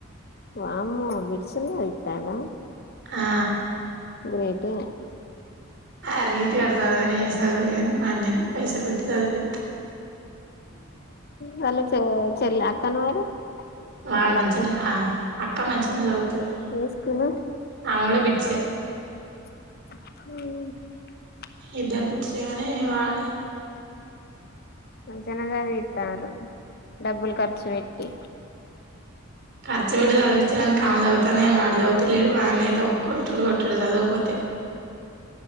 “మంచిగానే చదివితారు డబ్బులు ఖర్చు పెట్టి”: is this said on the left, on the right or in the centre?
Left